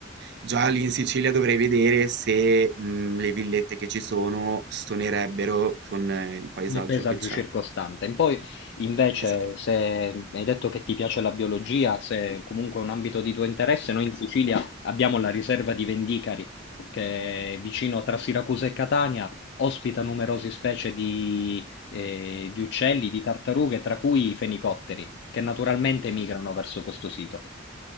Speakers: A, on the right; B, on the left.
A: Già lì in Sicilia dovrei vedere se mh, le villette che ci sono stonerebbero con eh, il paesaggio
B: nel paesaggio
A: che c'è.
B: circostante. Poi, invece,
A: Esatto.
B: se mi hai detto che ti piace la biologia, se comunque è un ambito di tuo interesse, noi in Sicilia abbiamo la riserva di Vendicari, che è vicino tra Siracusa e Catania, ospita numerose specie di, eh, di uccelli, di tartarughe, tra cui i fenicotteri, che naturalmente migrano verso questo sito.